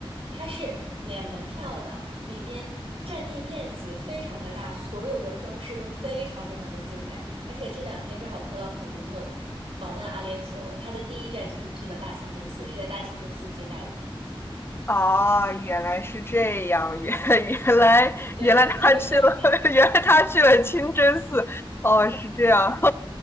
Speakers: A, on the right; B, on the left.
A: 它是免门票的，里面占地面积非常的大，所有的装饰都非常非常的精美。而且这两天正好特朗普总统访问阿联酋，他的第一站就是去了大清真寺，是在大清真寺接待的。
B: 啊，原来是这样，原 <laughs> 原来原来他去了，
A: 对。<laughs>
B: <laughs> 原来他去了清真寺，哦，是这样，<laughs>